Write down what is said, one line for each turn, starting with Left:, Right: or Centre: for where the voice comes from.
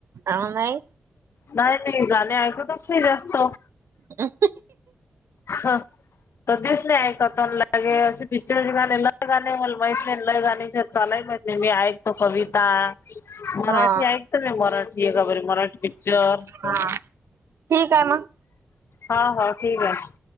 Right: आव नाई
Left: नाही मी गाणे ऐकतच नाही जास्त
Right: ह
Left: ह कधीच नाही ऐकत लागे असशीक गाणे ल गाणे मला माहित नाही ल गाणे चालाय माहित नाही मी ऐकतो कविता मराठी
Right: हा
Left: ऐकत म मराठी आहे का बर मराठी पिक्चर
Right: हा ठीक आहे मग
Left: हा, हा ठीक आहे